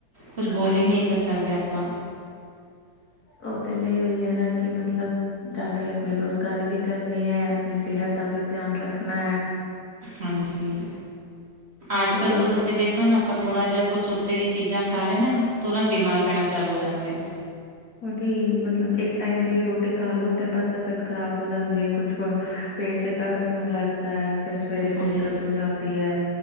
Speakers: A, on the left; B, on the right.
A: ਸਕਦਾ
B: ਕੁੱਛ ਬੋਲ
A: ਹਾਂਜੀ
B: ਈ ਨਈ ਕਰ ਸਕਦੇ ਆਪਾਂ।
A: ਓ ਤੇ ਲਈ ਓਈ ਏ ਨਾ ਕਿ ਮਤਲਬ ਜਾ ਕੇ ਅਪਨੀ ਰੋਜ਼ਗਾਰੀ ਵੀ ਕਰਨੀ ਐ ਅਪਨੀ ਸੇਹਤ ਦਾ ਵੀ ਧਿਆਨ ਰੱਖਨਾ
B: ਹਾਂਜੀ, ਅੱਜ-ਕਲ
A: ਉਹੀ
B: ਤਾਂ
A: ਉਹ-
B: ਤੂਸੀ ਦੇਖੋ ਨਾ ਅਪਾਂ ਥੋੜਾ ਜੇਆ ਕੁੱਛ ਓ ਉਤੇ ਦੀ ਚੀਜਾਂ ਖਾ ਲੈਂਦੇ ਅ ਨਾ ਤੁਰੰਤ ਬੀਮਾਰ ਪੈਣਾ ਚਾਲੂ ਹੋ ਜਾਂਦੇ ਐ।
A: ਉਦੀ ਮਤਲਬ ਏਕ ਟਾਈਮ ਦੀ ਰੋਟੀ ਖਾ ਲੋ, ਉਦੇ ਬਾਦ ਤਬੀਅਤ ਖ਼ਰਾਬ ਹੋ ਜਾਂਦੀ ਐ, ਕੁੱਛ ਪੇਟ ਚ ਦਰਦ ਹੋਨ ਲੱਗ ਤਾਂ ਫੇਰ ਸਵੇਰੇ
B: ਉਹੀ
A: ਦਿੱਕਤ ਹੋ ਜਾਂਦੀ ਐ,